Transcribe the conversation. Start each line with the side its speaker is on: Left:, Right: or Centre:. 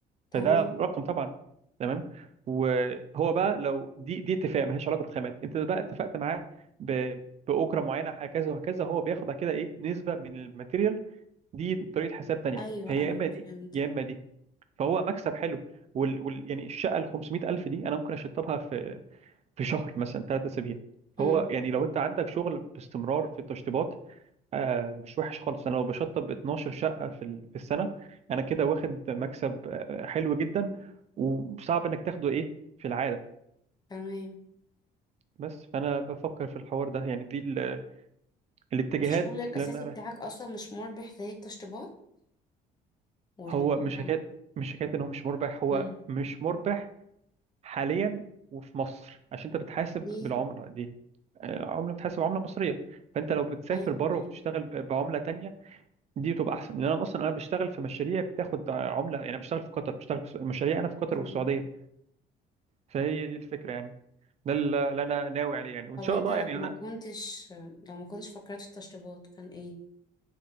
Left: تمام
Right: فده رقم طبعا تمام وهو بقى لو دي دي اتفاق ملهاش علاقه بالخامات انت بقى اتفقت معاه ب- باجره معينه هكذا وهكذا هو بياخد بعد كده ايه نسبه من الماتيريال دي طريقه حساب تانيه
Left: أيوه
Right: فهي
Left: أيوه
Right: يا اما دي
Left: فهمت
Right: يا اما دي فهو مكسب حلو وال... وال... يعني الشقه ال 500 الف دي انا ممكن اشطبها في في شهر مثلا ثلاث اسابيع
Left: مم.
Right: فهو يعني لو انت عندك شغل باستمرار في التشطيبات آه مش وحش خالص انا لو بشطب 12 شقه في ال... في السنه انا كده واخد مكسب آه، حلو جدا وصعب انك تاخده ايه في العاده
Left: تمام
Right: بس فانا بفكر في الحوار ده يعني دي ال... الاتجاهات
Left: طب الشغل الأساسي
Right: لان انا
Left: بتاعك أصلا مش مربح زي التشطيبات ولا
Right: هو مش
Left: هو
Right: حكايه مش حكايه ان هو مش مربح هو
Left: مم.
Right: مش مربح حاليا وفي مصر عشان انت بتحاسب
Left: ليه
Right: بالعمله دي آه، عمله بتحسب عمله مصريه فانت لو بتسافر
Left: ايوه
Right: بره
Left: ايوه
Right: وبتشتغل ب- بعمله تانية دي بتبقى احسن لان انا اصلا انا بشتغل في مشاريع بتاخد عمله يعني أنا بشتغل في قطر بشتغل في المشاريع انا في قطر
Left: تمام
Right: والسعوديه فهي دي الفكره يعني ده اللي اللي انا ناوي عليه يعني وان
Left: طب
Right: شاء
Left: انت
Right: الله
Left: لو
Right: يعني انا
Left: ما كنتش لو ما كنتش فكرت في التشطيبات كان ايه